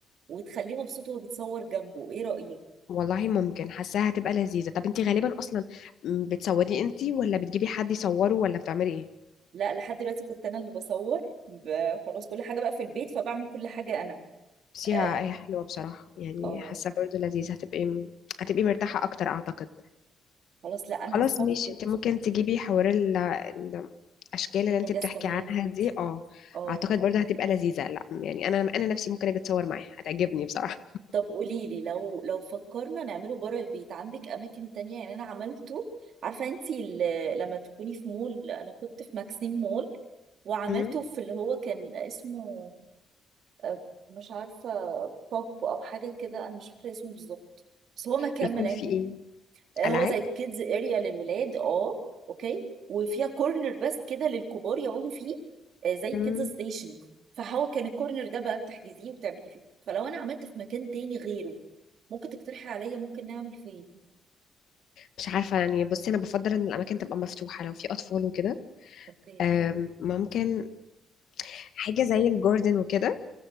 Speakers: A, on the right; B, on the left.
A: وتخليه مبسوط وهو بيتصور جنبه ايه رايك
B: والله ممكن حاساها هتبقى لذيذة طب انتي غالبا اصلا م، بتصوري انتي ولا بتجيبي حد يصوره ولا بتعملي ايه
A: لا لحد دلوقتي كنت انا اللي بصور ب- خلاص كل حاجه بقى في البيت فبعمل كل حاجه انا
B: بس هي
A: اه
B: هي حلوة بصراحة يعني
A: آه،
B: حاسة برضو لذيذة هتبقي م- هتبقي مرتاحة اكتر اعتقد
A: خلاص لا انا
B: خلاص
A: هفكر
B: ماشي انت ممكن تجيبي حوار ال- ال- الاشكال اللي
A: المجسمات
B: انت بتحكي عنها دي اه
A: اه
B: اعتقد برضو هتبقى لذيذة لا يعني انا انا نفسي ممكن اجي اتصور معاها هتعجبني بصراحة
A: طب قولي لي لو لو فكرنا نعمله بره البيت عندك اماكن تانية يعني انا عملته عارفة انتي ال- لما تكوني في مول انا كنت في ماكسيم مول وعملته
B: <laughs> مم.
A: في اللي هو كان اسمه آه، مش عارفة بوب او حاجة كده انا مش فاكرة اسمه بالظبط بس هو ما كمل
B: بيكون
A: يعني
B: في ايه
A: هو
B: العاب
A: زي كيدز اريا للولاد اه اوكي وفيها كورنر بس كده للكبار يقعدوا فيه آه، زي
B: مم.
A: كيدز ستيشن فهو كان الكورنر ده بقى بتحجزيه وبتعملي فيه فلو انا عملت في مكان تاني غيره ممكن تقترحي عليا ممكن نعمل فين
B: مش عارفة يعني بصي أنا بفضل إن الأماكن تبقى مفتوحة لو في أطفال وكده
A: اوكي
B: أم، ممكن حاجة زي الجاردن وكده